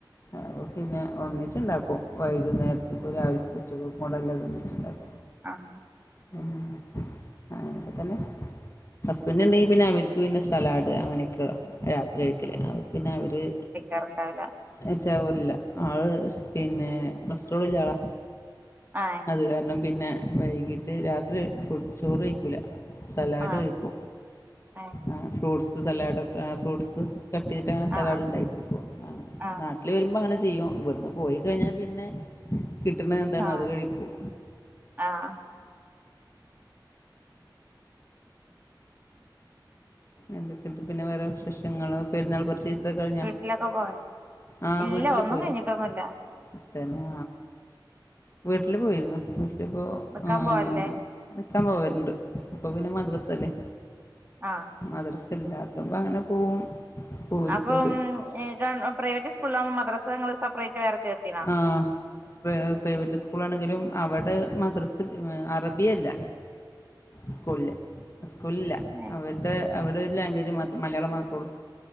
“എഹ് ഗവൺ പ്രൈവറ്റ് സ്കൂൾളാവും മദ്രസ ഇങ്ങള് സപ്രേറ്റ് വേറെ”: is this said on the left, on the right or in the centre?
Right